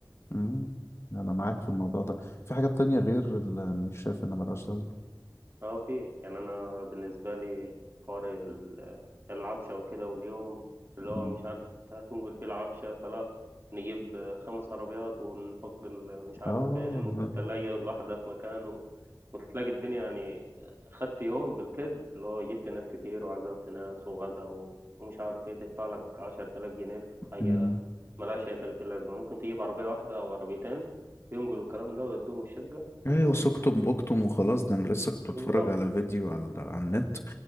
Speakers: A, on the left (about 35°); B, on the right (about 35°).
A: مم. انا معاك في الموضوع ده في حاجات تانية غير اللي شايف ان ملهاش لازمة
B: اه في يعني انا بالنسبه لي حوار ال- العفشه وكده واليوم اللي هو
A: مم.
B: مش عارف انت هتنقل فيه العفشه فلا نجيب خمس عربيات ونحط ال- مش عارف
A: اه
B: فين والتلاجة
A: مم.
B: الواحدة في مكان و... وتلاقي الدنيا يعني خدت يوم بالكد اللي هو جبت ناس كتير وعزمت ناس وغدا و... ومش عارف ايه تدفع لك عشرة آلاف جنيه في حاجة
A: مم.
B: ملهاش أي تلاتين لازمة ممكن تجيب عربية واحدة أو عربيتين ينقلوا الكلام ده ويدوهم الشقة وت...
A: ايوه سكتم بوكتم وخلاص ده انا لسه كنت بتفرج
B: بالظبط
A: على فيديو على, على النت